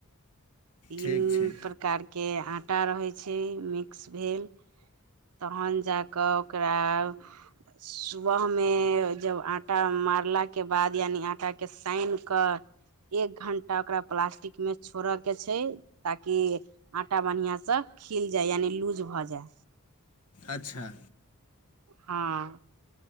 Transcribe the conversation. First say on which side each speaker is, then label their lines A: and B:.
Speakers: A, on the right; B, on the left.
A: तीन
B: ठीक छै
A: प्रकारके आटा रहै छै मिक्स भेल तहन जा कऽ ओकरा सुबह मे जब आटा मारलक के बाद यानि आटा के साइन कऽ एक घंटा ओकरा प्लास्टिक में छोड़य के छै ताकि आटा बढ़िया सं खिल जाय यानि लूज भऽ जाय
B: अच्छा
A: हँ